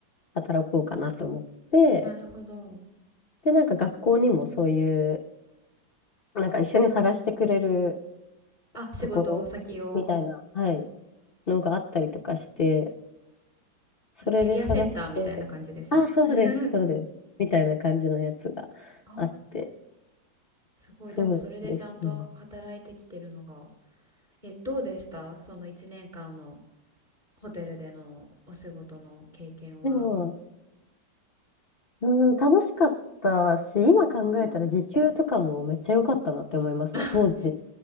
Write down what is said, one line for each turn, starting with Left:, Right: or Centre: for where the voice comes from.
Left: 働こうかなと思って、
Right: なるほど。
Left: で、なんか学校にもそういう、なんか一緒に探してくれる
Right: あ、仕事先を、
Left: ところみたいな、はい、のがあったりとかして、それで探して、
Right: なんかキャリアセンターみたいな感じですね。
Left: あ、そうです、
Right: <laughs>
Left: そうです。みたいな感じのやつがあって、
Right: あー、すごい。
Left: そうですね。
Right: でもそれでちゃんと働いてきてるのが。え、どうでしたその1年間のホテルでのお仕事の経験は。
Left: でも、うん、楽しかったし、今考えたら時給とかもめっちゃ良かったなって思いますね。
Right: うん <laughs>
Left: 当時